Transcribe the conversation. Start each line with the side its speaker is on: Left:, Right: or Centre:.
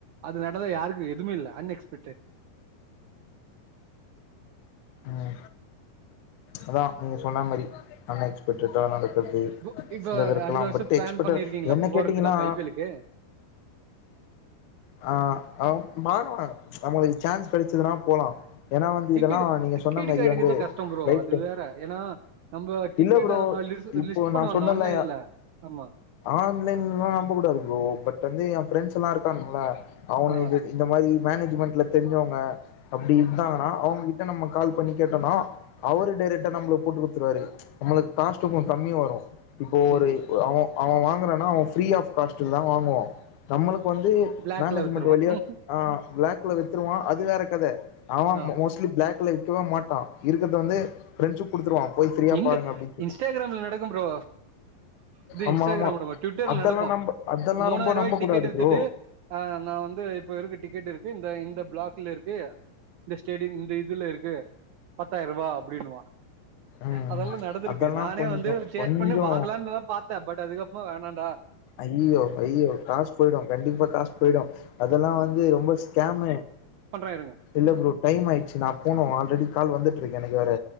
Right: அது நடந்தா யாருக்கு எதுமே இல்ல அன் எக்ஸ்பெக்டட்
Left: ம் அதா நீங்க சொன்னா மாரி அன் எக்ஸ்பெக்டட்தா நட டுக்கு இது
Right: பு இப்ப
Left: சில பேருக்கலா
Right: அடுத்த வருஷம்
Left: பட்
Right: பிளான்
Left: எக்ஸ்பெட்டட்
Right: பண்ணிருக்கீங்களா
Left: என்ன
Right: அப்ப போறதுக்கு
Left: கேட்டீங்கன்னா
Right: அப்ப ஐ பி எல்லுக்கு?
Left: ஆ மாறுவாங்க நம்மளுக்கு சான்ஸ் கடச்சதுன்னா போலா ஏன்னா வந்து
Right: டிக்கெட்
Left: இதெல்லா நீங்க
Right: டிக்கெட்
Left: சொன்ன மாரி
Right: கெடைக்கறதே
Left: வந்து
Right: கஷ்டம் ப்ரோ.
Left: லைஃப்
Right: அது
Left: ஸ்டைல்
Right: வேற. ஏன்னா, நம்ப டிக்கெட்
Left: இல்ல ப்ரோ
Right: அவங்க லிஸ்
Left: இப்போ
Right: லிஸ்ட் பண்ணுவாங்க
Left: நா சொன்னல
Right: ஆன்லைன்ல. ஆமா.
Left: ஆன்லைன்ல்லாம் நம்பக்கூடாது ப்ரோ பட் வந்து என் ஃரெண்ட்ஸ் எல்லா இருக்கானுங்கள அவனுங்க
Right: ஆ
Left: இது இந்த மாரி மேனேஜ்மெண்ட்ல தெரிச்சவங்க அப்டி இருந்தாங்கன்னா அவங்க கிட்ட கால் பண்ணி கேட்டோனா அவரு டைரெக்டா நம்மளுக்கு போட்டு கொடுத்துருவாரு நம்மளுக்கு காஸ்ட் கொஞ் கம்மிவரு இப்போ
Right: சரி.
Left: ஒரு அவ அவ வாங்கறானா அவ ஃப்ரீ ஆப் காஸ்ட்ல தா வாங்குவோ நம்மளுக்கு வந்து
Right: பிளாக்ல
Left: மேனேஜ்மெண்ட்
Right: வித்துருவான்.
Left: வழியா ஆ பிளாக்ல
Right: ம்.
Left: வித்துருவா அது வேற கத அவ
Right: ஆ
Left: மோஸ் பிளாக்ல விக்கவே மாட்டா இருக்கறத வந்து பிரண்ஷிப் குடுத்துருவா போய் ஃப்ரீயா
Right: எங்க
Left: பாருங்க அப்டின்னு சொல்லி
Right: இன்ஸ்டாகிராம்ல நடக்கும் ப்ரோ இது
Left: ஆமா
Right: இன்ஸ்டாகிராம்ன்றபார்
Left: ஆமா
Right: ட்விட்டர்ல
Left: அதெல்லா
Right: நடக்கு
Left: நம்ப அதெல்லா
Right: மூணாயிர
Left: ரொம்ப
Right: ருவாய்க்கு
Left: நம்ப
Right: டிக்கெட்
Left: கூடாது
Right: வித்துட்டு
Left: ப்ரோ
Right: ஆ நா வந்து இப்ப இருக்கு டிக்கெட் இருக்கு இந்த இந்த பிளாக்ல இருக்கு இந்த ஸ்டேடியம் இந்த இதுல இருக்கு பத்தாயிர ருபா அப்டின்னுவா
Left: ம்
Right: அதெல்லா நடந்திருக்கு
Left: அதெல்லா
Right: நானே
Left: கொஞ்சோ
Right: வந்து சேட்
Left: கொஞ்சோ
Right: பண்ணி வாங்கலான்னுதா பாத்த பட் அதுக்கப்புறமா வேணாடா
Left: ஐயோ ஐயோ காசு போய்டு கண்டிப்பா காசு போய்டு அதெல்லா வந்து ரொம்ப ஸ்கேமு
Right: பண்ற இருங்க
Left: இல்ல ப்ரோ டைம் ஆயிடுச்சு நா போனு ஆல்ரெடி கால் வந்துட்டு இருக்கு எனக்கு வேற